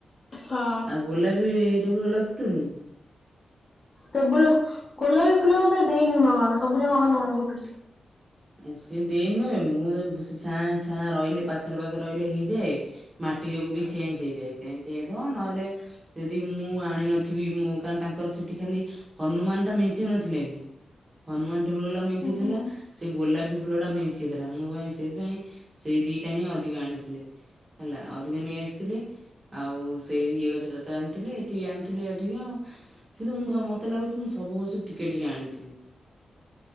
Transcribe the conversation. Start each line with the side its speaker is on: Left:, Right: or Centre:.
Left: ହଁ
Right: ଆଉ ଗୋଲାପୀ ଟେବୁଲ୍ ଗୋଲାପ ଫୁଟୁନି?
Left: ଟେବୁଲୁ ଗୋଲାପୀ ଫୁଲ ମୋତେ ଦେଇନୁ ନା କଣ ସବୁ ଯାକ ହନୁମାନନୁ ଫୁଟୁଚି।
Right: ସି ଦେଇ ନୁହେଁ ମୁଁ ଛାଁ ଛାଁ ରହିଲେ ପାଖରେ ପାଖରେ ରହିଲେ ହେଇଯାଏ ମାଟି ଯୋଗୁ ବି ଚେଞ୍ଚ୍ ହେଇଯାଏ ଚେଞ୍ଚ୍ ହେଇଥବ ନହେଲେ ଯଦି ମୁଁ ଆଣି ନଥିବି ମୁଁ କାନ୍ ତାଙ୍କର୍ ସେଠି ଖାଲି ହନୁମାନ୍ ଟା ମେଞ୍ଚେ ନଥିଲାକି? ହନୁମାନ ଟେବୁଲ୍ ଗଲାପ ମେଞ୍ଚେ
Left: ହୁଁ
Right: ଥିଲା।
Left: ହୁଁ
Right: ସେ ଗୋଲାପୀ ଫୁଲ ଟା ମେଞ୍ଚେଥିଲା ମୁଁ ପାଇଁ ସେଇଥିପାଇଁ ସେଇ ଦିଟା ହିଁ ଅଧିକ ଆଣିଥିଲି। ହେଲା ଅଧିକ ନେଇ ଆସିଥିଲି ଆଉ ସେଇ ଇଏ ଗଛ ଟା ତ ଆଣିଥିଲି ଏତିକି ଆଣିଥିଲି ଅଧିକ। କିନ୍ତୁ ମୁଁ ଭ ମତେ ଲାଗୁଛି ମୁଁ ସବୁ ଗଛ ରୁ ଟିକେ ଟିକେ ଆଣିଥିଲି।